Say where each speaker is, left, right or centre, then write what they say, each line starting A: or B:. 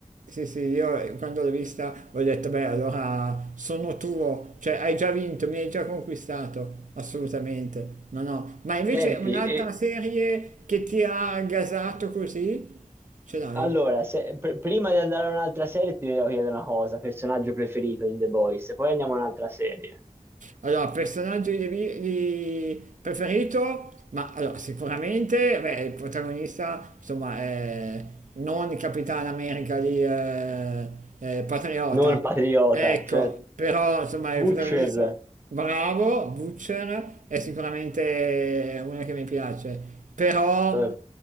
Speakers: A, on the right; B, on the right.
A: sì, sì, io eh, quando l'ho vista ho detto, beh, allora sono tuo, cioè hai già vinto, mi hai già conquistato, assolutamente, no, no. Ma invece
B: Senti,
A: un'altra
B: e,
A: serie che ti ha gasato così, ce l'hai?
B: Allora, se- pr- prima di andare a un'altra serie ti devo chiedere una cosa, personaggio preferito in The Boys, poi andiamo a un'altra serie.
A: Allora, personaggio di, di- preferito, ma allora, sicuramente beh, il protagonista, insomma, è non Capitan America di eh, eh, Patriota.
B: Non Patriota,
A: Ecco,
B: certo.
A: però insomma
B: Butcher,
A: il protagonista Bravo, Butcher è sicuramente una che mi piace, però
B: certo.